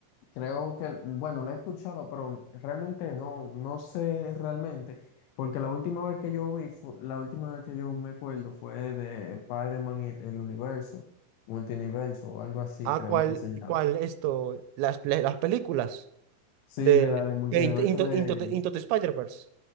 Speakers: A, on the left; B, on the right.
A: Creo que, bueno, la he escuchado, pero realmente no, no sé realmente, porque la última vez que yo vi, fu- la última vez que yo me acuerdo fue de Spider-Man y el universo, multiverso o algo así,
B: Ah,
A: creo
B: ¿cuál,
A: que se llama.
B: cuál esto? Las, pe- las películas
A: Sí,
B: de
A: de la del multiverso
B: de Into, Into-
A: de,
B: Into the Into the Spider-Verse.